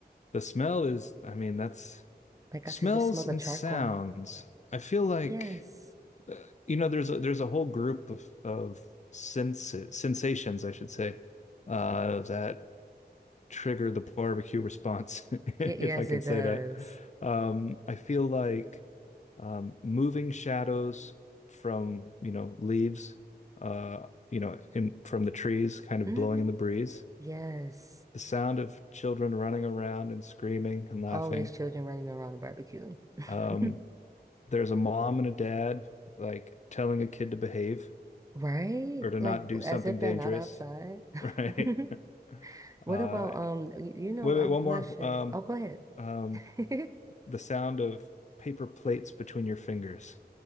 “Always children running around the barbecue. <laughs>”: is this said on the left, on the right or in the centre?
Right